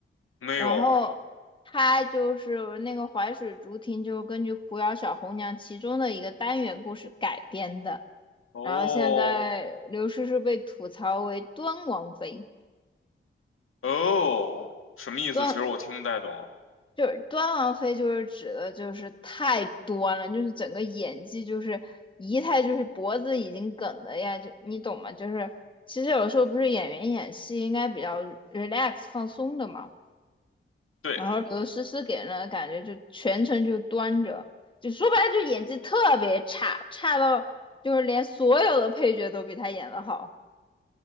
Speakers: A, on the left; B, on the left.
A: 没有。
B: 然后他就是那个淮水竹亭，就是根据《狐妖小红娘》其中的一个单元故事改编的。
A: 哦
B: 然后现在刘诗诗被吐槽为端王妃，
A: 哦，什么意思？
B: 端
A: 其实我听不太懂。
B: 就是端王妃，就是指的就是太端了，就是整个演技就是仪态就是脖子已经梗的呀，就你懂吗？就是其实有时候不是演员演戏应该比较 relax 放松的嘛。
A: 对，
B: 然后刘诗诗给人的感觉就全程就端着，就说白了就演技特别差，差到就是连所有的配角都比她演得好，